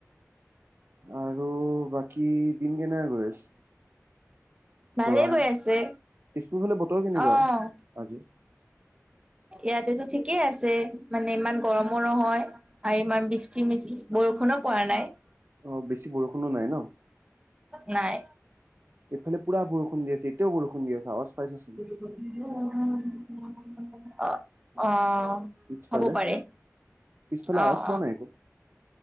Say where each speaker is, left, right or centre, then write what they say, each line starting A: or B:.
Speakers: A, on the right; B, on the right.
A: আৰু বাকী দিন কেনে গৈছ-
B: ভালেই
A: গৰম
B: গৈ আছে।
A: তেজপুৰ ফালে বতৰ কেনেকুৱা
B: অ'।
A: আজি?
B: ইয়াতেতো ঠিকেই আছে, মানে ইমান গৰমো নহয়। আৰু ইমান বিষ্টি মিষ্টি বৰষুণো পৰা নাই।
A: অ বেছি বৰষুণো নাই ন।
B: নাই।
A: এইফালে পুৰা বৰষুণ দি আছে এতিয়াও বৰষুণ দি আছে আৱাজ পাইছা চোন।
B: <unintelligible> অ অ
A: পিছফালে
B: হব পাৰে,
A: পিছফালে
B: অ
A: আৱাজ পোৱা
B: অ।
A: নাই একো